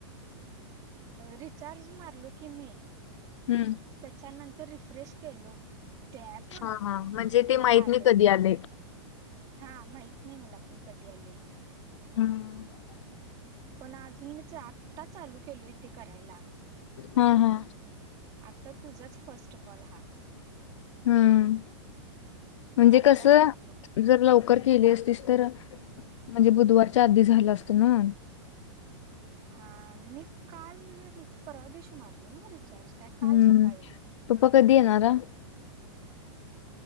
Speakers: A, on the right; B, on the left.
A: रिचार्ज मारलो की मी
B: हं
A: त्याच्यानंतर रिफ्रेश केलो. टॅप
B: हा हा म्हणजे ते
A: मंगाले
B: माहित नाही कधी
A: ते
B: आलंय
A: हा माहत नाही मला आपण कधी आले.
B: हम्
A: पण अजून मी आत्ता चालू केलो इथे करायला.
B: हा हा
A: आत्ता तुझाच फस्ट कॉल हा.
B: हं, म्हणजे
A: करायलाच
B: कसं.
A: नव्हतो
B: जर लवकर केली असतीस तर म्हणजे बुधवारच्या आधी झालं असत ना.
A: हा मी काल परवादेशी, मारलो ना रिचार्ज काय काल
B: हम्म
A: सकाळी
B: पप्पा कधी येणार, हा.